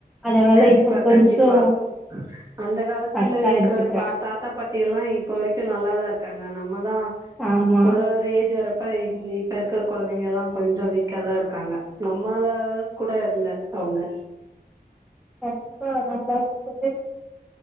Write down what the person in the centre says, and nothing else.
அதனால
இப்ப கொஞ்சோ
கரெக்டா
எடுத்துக்கிறே
ஆமா
கண்டிப்பா நல்லாருக்கொ